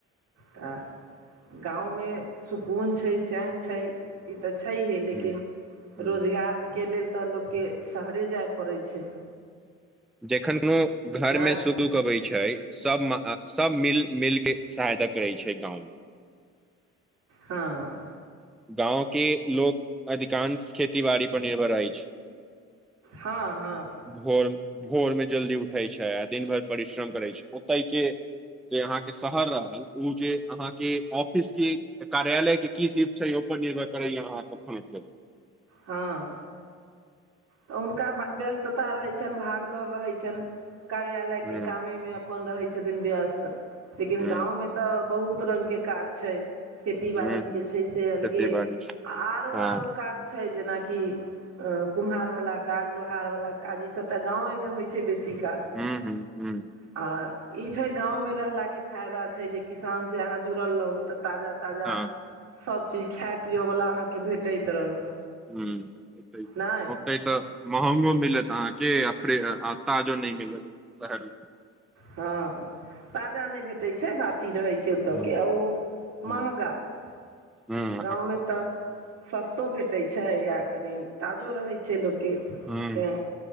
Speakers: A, on the right; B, in the centre.
A: तऽ गाँव मे सुकून छै चैन छै। ई तऽ छैहे लेकिन
B: हूं हूं
A: रोजगार के लेल तऽ लोक के शहरे जाइ पड़ै छै।
B: जखन कोनो घर
A: नहि
B: मे सुख दुख अबै छै सब म सब मिल - मिल के सहायता करै छै गाँंव मे।
A: हँ।
B: गाँंव के लोग अधिकांश खेती- बाड़ी पर निर्भर रहै छ।
A: हँ हँ।
B: भोर - भोर मे जल्दी उठय छै आ दिन भर परिश्रम करै छै ओतय के जे अहाँके शहर रहल ओ जे अहाँके ऑफिस के कार्यालय के की स्थि छै ओइ पर निर्भर करैये अहाँ कखन उठबै।
A: हँ तऽ हुनका व्यस्तता रहै छनि भागदौड़ रहै छनि। कार्यालयके
B: हूँ
A: कामेमे अपन रहै छथिन व्यस्त। लेकिन
B: हूँ
A: गाँवमे तऽ बहुत रङ्गके काज छै खेती
B: हूँ
A: बाड़ीके
B: हूँ
A: छै से अलगे।
B: खेती बाड़ी
A: आरो-आरो
B: हँ
A: काज छै जेनाकि अ कुम्हार वाला काज लोहार वाला काज ई सब तऽ गांव मे होइ बेसी काल।
B: हूँ हूँ हूँ
A: आओर ई छै गाँवमे रहलाके फेयदा छै जे किसान से अहाँ जुड़ल रहू तऽ ताजा ताजा
B: हँ
A: सबचीज खाए पियवला अहाँके भेटैत रहत।
B: ह्म होतै
A: नहि
B: होतै तऽ महगो मिलत अहाँके प्रे आ ताजो नहि मिलत शहरमे।
A: हँ ताजा नै भेटै छै भासी रहै छै ओ तऽ
B: हूँ
A: ओ
B: हूँ
A: महगाऽ
B: हूँ
A: गाँवमे त सस्तो भेटै छै आ कनि ताजो रहै छै लोकके
B: हूँ
A: तै।